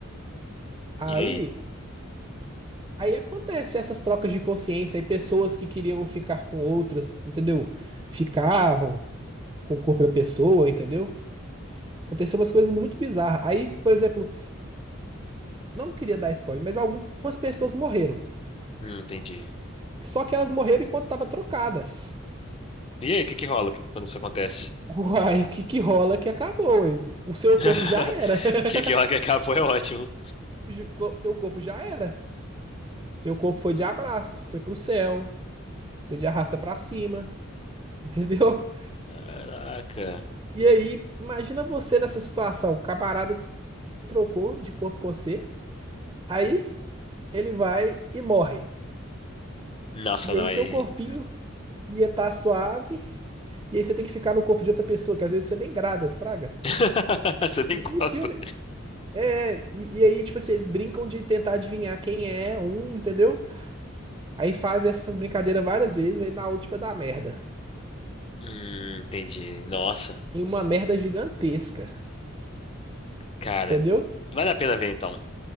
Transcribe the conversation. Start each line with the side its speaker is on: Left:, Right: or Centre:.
Right: Aí
Left: e aí?
Right: aí acontece essas trocas de consciência, aí pessoas que queriam ficar com outras, entendeu? Ficavam com o corpo da pessoa, entendeu? Aconteceu umas coisas muito bizarras. Aí, por exemplo, não queria dar spoiler, mas algumas pessoas morreram.
Left: Hum, entendi.
Right: Só que elas morreram enquanto estavam trocadas.
Left: E aí, o que que rola que- quando isso acontece?
Right: Uai, o que que rola que acabou? ué? O seu
Left: <laughs>
Right: corpo já era.
Left: O
Right: <laughs>
Left: que que rola que acabou é ótimo.
Right: O ju- co- seu corpo já era. Seu corpo foi de abraço, foi pro céu, foi de arrasta pra cima, <laughs> entendeu?
Left: Caraca.
Right: E aí, imagina você nessa situação. O camarada trocou de corpo com você, aí ele vai e morre.
Left: Nossa,
Right: E
Left: não,
Right: aí
Left: aí...
Right: seu corpinho ia estar suave, e aí você tem que ficar no corpo de outra pessoa, que às vezes você nem grada, fraga.
Left: <laughs> Você nem
Right: E
Left: gosta.
Right: aí o filme. É, e, e aí, tipo assim, eles brincam de tentar adivinhar quem é um, entendeu? Aí faz essas brincadeiras várias vezes, aí na última dá merda.
Left: Hum, entendi. Nossa,
Right: E uma merda gigantesca.
Left: cara,
Right: Entendeu?
Left: vale a pena ver então.